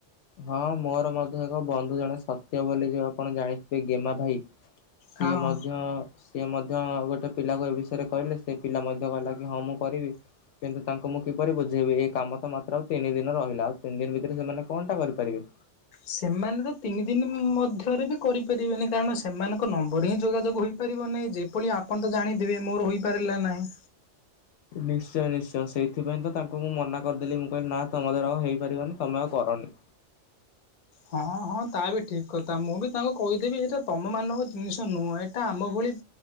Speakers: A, on the left; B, on the left.
A: ହଁ ମୋର ମଧ୍ୟ ଏକ ବନ୍ଧୁ ଜଣେ ସତ୍ୟ ବୋଲି ଯେ ଅ ଆପଣ ଜାଣିଥିବେ ଗେମା ଭାଇ, ସିଏ
B: ହଁ।
A: ମଧ୍ୟ ସ୍ ସିଏ ମଧ୍ୟ ଗୋଟେ ପିଲାକୁ ଏ ବିଷୟରେ କହିଲେ ସେ ପିଲା ମଧ୍ୟ କହିଲା କି ହଁ ମୁଁ କରିବି କିନ୍ତୁ ତାଙ୍କୁ ମୁଁ କିପରି ବୁଝେଇବି ଏ କାମ ତ ମାତ୍ର ଆଉ ତିନି ଦିନ ରହିଲା, ଆଉ ତିନି ଦିନ୍ ଭିତରେ ସେମାନେ କଣଟା କରିପାରିବେ?
B: ସେମାନେ ତ ତିନି ଦିନ୍ ମଧ୍ୟରେ ବି କରିପାରିବେନି, କାରଣ ସେମାନଙ୍କ ନମ୍ବର ହିଁ ଯୋଗାଯୋଗ ହୋଇ ପାରିବ ନାଇଁ <unintelligible> ଆପଣ ତ ଜାଣିଥିବେ ମୋର ହୋଇପାରିଲା ନାହିଁ।
A: ନିଶ୍ଚୟ-ନିଶ୍ଚୟ ସେଇଥିପାଇଁ ତ ତାଙ୍କୁ ମୁଁ ମନା କରିଦେଲି ମୁଁ କଇଲି ନା ତମ ଦ୍ଵାରା ଆଉ ହେଇପାରିବନି ତମେ ଆଉ କରନି।
B: ହଁ-ହଁ ତା ବି ଠିକ୍ କଥା ମୁଁ ବି ତାଙ୍କୁ କହିଦେବି ଏଇଟା ତମମାନଙ୍କ ଜିନିଷ ନୁହଁ, ଏଇଟା ଆମ ଭଳି